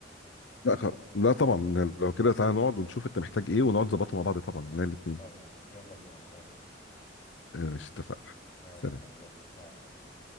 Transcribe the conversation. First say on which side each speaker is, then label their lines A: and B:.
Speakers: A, on the left; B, on the left.
A: لا خ... لا طبعا لو كده تعالى نقعد ونشوف انت محتاج ايه ونقعد نظبطه مع بعض طبعا يعني الاثنين
B: خلاص يلا بينا ان شاء الله
A: ماشي اتفقنا
B: ماشي
A: سلام
B: يا حبيبي يلا مع السلامه